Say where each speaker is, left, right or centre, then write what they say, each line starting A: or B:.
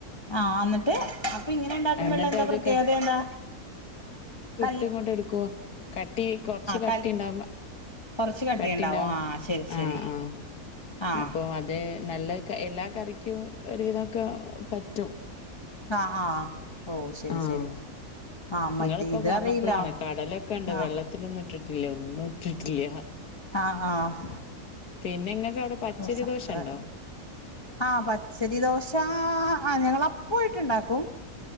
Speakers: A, on the left; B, on the left.
A: ആഹ് അന്നിട്ട് അപ്പൊ ഇങ്ങനെ ഉണ്ടാക്കുമ്പോള്ള
B: എന്നിട്ട്
A: എന്താ
B: അത്
A: പ്രത്യേകത
B: ക
A: എന്താ? ക
B: ട്ട് ഇങ്ങോട്ട് എടുക്കുവോ കട്ടി കൊറച്ച് കട്ടിയുണ്ടാവുമ്പ
A: കല്ല് കൊറച്ച് കട്ടിയുണ്ടാവും
B: കട്ടിണ്ടാവും
A: ആഹ് ശരി
B: ആഹ്
A: ശരി
B: ആഹ്
A: ആഹ്
B: അപ്പൊ അത് നല്ല ക എല്ലാ കറിക്കും ഒരു വിധോക്കെ പറ്റും.
A: ആഹ് -ആഹ് ഓ ശരി
B: ആഹ്
A: ശരി- ആഹ് മറ്റേ
B: നിങ്ങളിപ്പോ
A: ഇതറിയില്ല
B: പറഞ്ഞപ്പളാണ് കടലൊക്കെ ഉണ്ട്
A: ആഹ്
B: വെള്ളത്തിലൊന്നും ഇട്ടിട്ടില്ല ഒന്നും ഇട്ടിട്ടില്ല്യാ
A: ആഹ് -ആഹ്
B: പിന്നെ നിങ്ങക്ക് അവിടെ? പച്ചരി
A: ഓസതറേ
B: ദോശ ഉണ്ടോ
A: ആഹ് പച്ചരി ദോശ ആഹ് ഞങ്ങള് അപ്പായിട്ട് ഉണ്ടാക്കും.